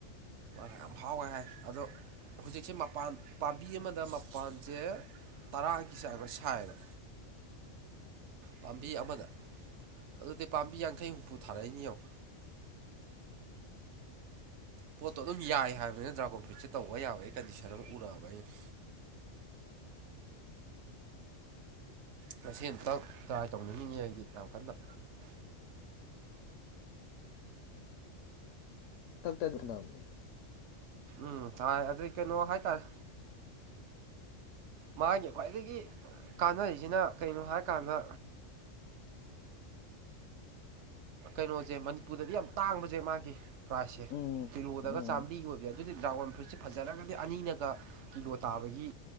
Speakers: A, on the right; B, on the left.
A: ꯃꯥ ꯌꯥꯝ ꯍꯥꯎꯋꯦ ꯍꯥꯏ ꯑꯗꯣ ꯍꯧꯖꯤꯛꯁꯦ ꯃꯄꯥꯟ ꯄꯥꯝꯕꯤ ꯑꯃꯗ ꯃꯄꯥꯟꯁꯦ ꯇꯔꯥꯒꯤ ꯆꯥꯡ ꯈ ꯁꯥꯏꯌꯦꯕ
B: ꯑ <unintelligible> <inaudible>
A: ꯄꯥꯝꯕꯤ ꯑꯃꯗ ꯑꯗꯨꯗꯤ ꯄꯥꯝꯕꯤ ꯌꯥꯡꯈꯩ ꯍꯨꯝꯐꯨ ꯊꯥꯔꯛꯏꯅꯦ ꯌꯦꯡꯉꯣ ꯄꯣꯠꯇꯣ ꯑꯗꯨꯝ ꯌꯥꯏ ꯍꯥꯏꯕꯅꯤꯅ ꯗ꯭ꯔꯥꯒꯣꯟ ꯐ꯭ꯔꯨꯏꯠꯁꯦ ꯇꯧꯕ ꯌꯥꯕ ꯑꯩ ꯀꯟꯗꯤꯁꯟ ꯑꯃ ꯎꯔꯛꯑꯕ ꯑꯩꯅ
B: ꯑ <inaudible> <unintelligible>
A: ꯉꯁꯤ ꯑꯃꯨꯇꯪ ꯇ꯭ꯔꯥꯏ ꯇꯧꯅꯤꯡꯅꯤꯡꯉꯤ ꯑꯩꯗꯤ ꯌꯥꯝ ꯀꯟꯅ
B: ꯑ <inaudible> <unintelligible> ꯊꯛꯇꯥ ꯆ ꯑꯃꯅꯤ <unintelligible>
A: ꯎꯝ ꯆꯥꯏ ꯑꯗꯨꯏ ꯀꯩꯅꯣ ꯍꯥꯏꯇꯥꯔꯦ
B: <inaudible>
A: ꯃꯥꯒꯤ ꯈ꯭ꯋꯥꯏꯗꯒꯤ ꯀꯥꯟꯅꯔꯤꯁꯤꯅ ꯀꯔꯤꯅꯣ ꯍꯥꯏꯔꯀꯥꯟꯗ ꯀꯩꯅꯣꯁꯦ ꯃꯅꯤꯄꯨꯔꯗꯗꯤ ꯌꯥꯝ ꯇꯥꯡꯕꯁꯦ ꯃꯥꯒꯤ ꯄ꯭ꯔꯥꯏꯁꯁꯦ
B: ꯎꯝ
A: ꯀꯤꯔꯣꯗꯒ
B: ꯎꯝ
A: ꯆꯥꯝꯃꯔꯤꯒꯤ ꯑꯣꯏꯕꯁ ꯑꯗꯨꯗꯤ ꯗ꯭ꯔꯥꯒꯣꯟ ꯐ꯭ꯔꯨꯏꯠꯁꯦ ꯐꯖꯔꯒꯗꯤ ꯑꯅꯤꯅꯒ ꯀꯤꯂꯣ ꯇꯥꯕꯒꯤ